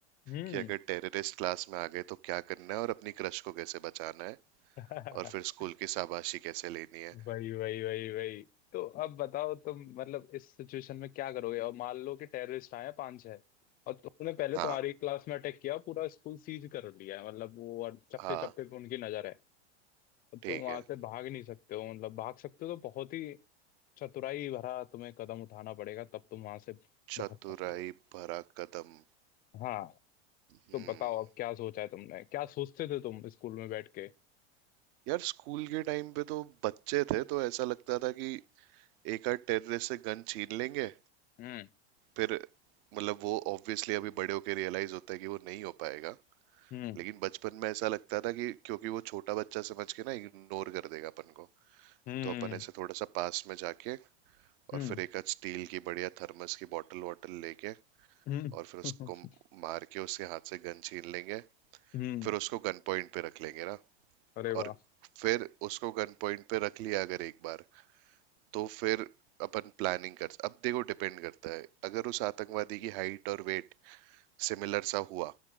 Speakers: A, on the left; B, on the right.
A: हम्म
B: कि अगर टेररिस्ट क्लास में आ गए तो क्या करना है और अपनी क्रश को कैसे बचाना है
A: <laughs>
B: और फिर स्कूल की शाबाशी कैसे लेनी है
A: वही वही वही वही तो अब बताओ तुम मतलब इस सिचुएशन में क्या करोगे और मान लो कि टेररिस्ट आए हैं पांच छह और तुमने पहले
B: हाँ
A: तुम्हारी क्लास में अटैक किया पूरा स्कूल सीज कर लिया है मतलब वो और चप्पे
B: हाँ
A: चप्पे पे उनकी नजर है और
B: ठीक
A: तुम वहां
B: है
A: से भाग नहीं सकते हो मतलब भाग सकते हो तो बहुत ही चतुराई भरा तुम्हें कदम उठाना पड़ेगा तब तुम वहां से
B: चतुराई
A: भाग पाओगे
B: भरा कदम
A: हाँ
B: हम्म
A: तो बताओ अब क्या सोचा है तुमने क्या सोचते थे तुम स्कूल में बैठ के
B: यार स्कूल के टाइम पे तो बच्चे थे तो ऐसा लगता था कि एक आध टेररिस्ट से गन छीन लेंगे
A: हम्म
B: फिर मतलब वो ऑब्वियसली अभी बड़े होके रियलाइज होता है कि वो नहीं हो पाएगा
A: हम्म
B: लेकिन बचपन में ऐसा लगता था कि क्योंकि वो छोटा बच्चा समझ के ना इग्नोर कर देगा अपन को
A: हम्म
B: तो अपन ऐसे थोड़ा सा पास में जाके
A: हम्म
B: और फिर एक आध स्टील की बढ़िया थर्मस की बॉटल वॉटल लेके
A: हम्म
B: और फिर उसको
A: <laughs>
B: मार के उसके हाथ से गन छीन लेंगे
A: हम्म
B: फिर उसको गन पॉइंट पे रख लेंगे ना
A: अरे
B: और
A: वाह
B: फिर उसको गन पॉइंट पे रख लिया अगर एक बार तो फिर अपन प्लानिंग कर अब देखो डिपेंड करता है अगर उस आतंकवादी की हाइट और वेट सिमिलर सा हुआ